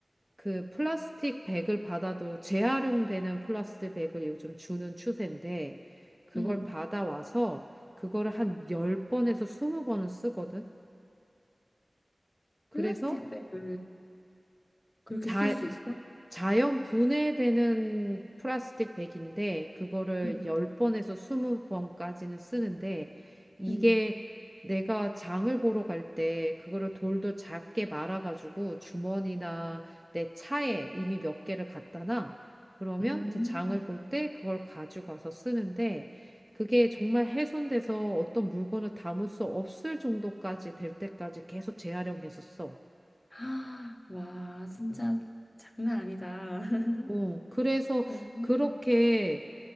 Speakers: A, on the right; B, on the left.
A: 그 플라스틱 백을 받아도 재활용되는 플라스틱 백을 요즘 주는 추세인데 그걸
B: 음.
A: 받아와서 그거를 한 10번에서 20번은 쓰거든. 그래서
B: 플라스틱 배를 그렇게
A: 자,
B: 쓸 수 있어?
A: 자연 분해되는 플라스틱 백인데 그거를
B: 음,
A: 10번에서 20번까지는 쓰는데 이게
B: 음,
A: 내가 장을 보러 갈 때 그거를 돌도 작게 말아가지고 주머니나 내 차에 이미 몇 개를 갖다 놔. 그러면
B: 음.
A: 이제 장을
B: <gasps>
A: 볼 때 그걸 가져가서 쓰는데 그게 정말 훼손돼서 어떤 물건을 담을 수 없을 정도까지 될 때까지 계속 재활용해서 써.
B: 아, 와, 진짜 장난 아니다. <laughs>
A: 어, 그래서
B: 오.
A: 그렇게